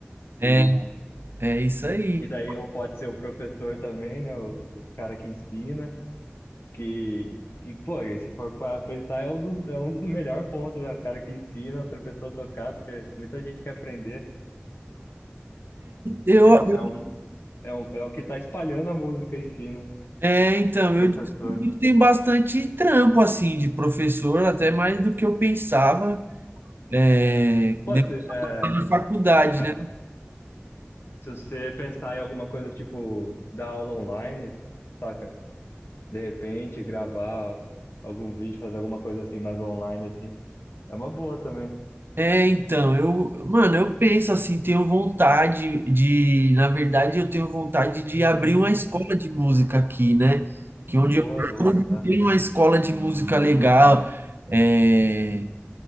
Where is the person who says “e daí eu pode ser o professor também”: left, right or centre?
Left